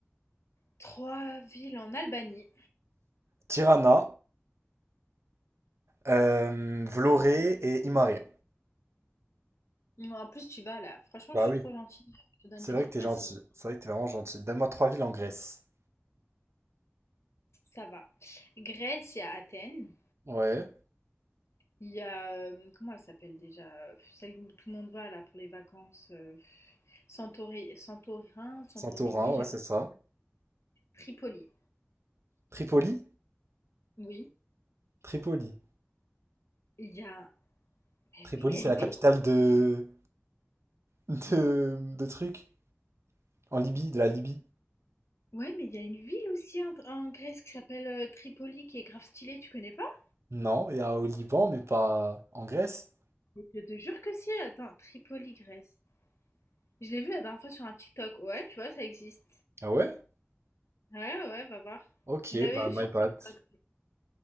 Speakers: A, on the left; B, on the right.
A: trois villes en Albanie?
B: Tirana, euh, Vlorë et Imare.
A: Bon, En plus, tu vas là. Franchement,
B: Bah
A: je suis
B: oui.
A: trop gentille. Je te donne
B: C'est
A: des
B: vrai
A: trucs
B: que t'es
A: faciles.
B: gentil. C'est vrai que t'es vraiment gentil. Donne-moi trois villes en Grèce.
A: Ça va. Grèce, il y a Athènes.
B: Ouais.
A: Il y a. euh, comment elle s'appelle déjà? euh, Celle où tout le monde va là pour les vacances. euh, Santori- Santorin, Santorini,
B: Santorin,
A: j'aime.
B: ouais, c'est ça.
A: Tripoli.
B: Tripoli?
A: Oui.
B: Tripoli.
A: Il y a. Mais
B: Tripoli,
A: oui, il y
B: c'est
A: a une
B: la capitale
A: ville.
B: de... de... de trucs. En Libye, de la Libye.
A: Ouais, mais il y a une ville aussi en, en Grèce qui s'appelle euh, Tripoli, qui est grave stylée, tu connais pas?
B: Non, il y a au Liban, mais pas en Grèce.
A: Mais Je te jure que si. Attends, Tripoli, Grèce. Je l'ai vu la dernière fois sur un TikTok. Ouais, tu vois, ça existe.
B: Ah ouais?
A: Ouais, ouais, ouais, va voir.
B: Ok,
A: Je l'avais
B: bah
A: vu
B: my
A: sur
B: bad.
A: TikTok.